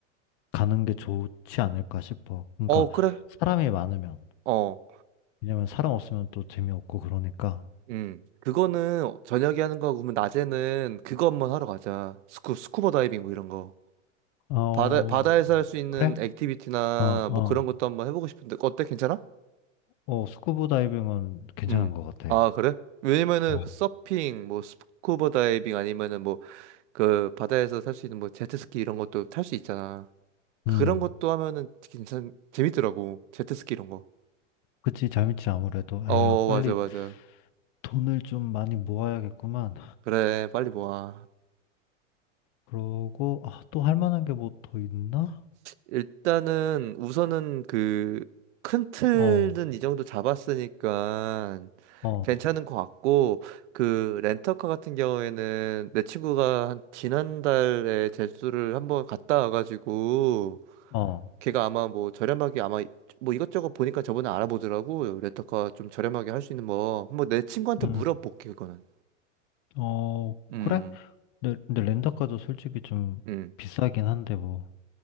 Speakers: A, on the left (about 40°); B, on the right (about 65°).
A: 가는 게 좋지 않을까 싶어. 그러니까
B: 어, 그래.
A: 사람이 많으면.
B: 어.
A: 왜냐면 사람 없으면 또 재미없고 그러니까.
B: 음. 그거는 저녁에 하는 거고, 그러면 낮에는 그거 한번 하러 가자. 스쿠, 스쿠버 다이빙 뭐 이런 거.
A: 어,
B: 바다, 바다에서 할 수 있는
A: 그래?
B: 액티비티나
A: 어, 어.
B: 뭐 그런 것도 한번 해보고 싶은데, 어때? 괜찮아?
A: 어, 스쿠버 다이빙은 괜찮은
B: 음.
A: 것 같아.
B: 아, 그래? 왜냐면은
A: 어.
B: 그 서핑, 뭐 스쿠버 다이빙 아니면은 뭐 그 바다에서 탈 수 있는 뭐 제트스키 이런 것도 탈 수 있잖아. 그런
A: 음.
B: 것도 하면은 괜찮, 재밌더라고. 제트스키 이런 거.
A: 그치, 재밌지, 아무래도.
B: 어,
A: 에휴, 빨리.
B: 맞아, 맞아.
A: 돈을 좀 많이 모아야겠구만.
B: 그래, 빨리 모아.
A: 그러고, 아, 또 할 만한 게 뭐 더 있나?
B: 일단은 우선은 그 큰 틀은
A: 어,
B: 이 정도 잡았으니까
A: 어,
B: 괜찮은 것 같고 그 렌터카 같은 경우에는 내 친구가 한 지난달에 제주를 한번 갔다 와가지고
A: 어,
B: 걔가 아마 뭐 저렴하게 아마 뭐 이것저것 보니까 저번에 알아보더라고 렌터카 좀 저렴하게 할 수 있는 뭐 한번 내 친구한테
A: 음,
B: 물어볼게 그거는
A: 어,
B: 음.
A: 그래? 근데, 근데 렌터카도 솔직히 좀
B: 음그
A: 비싸긴 한데 뭐,